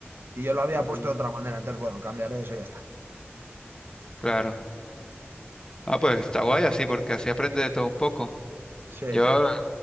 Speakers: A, on the right; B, on the left.
A: Y yo lo había
B: Ah,
A: puesto de otra manera, entonces bueno, cambiaré eso y ya está.
B: claro. Ah, pues está guay así, porque así aprende de todo un poco.
A: Sí.
B: Yo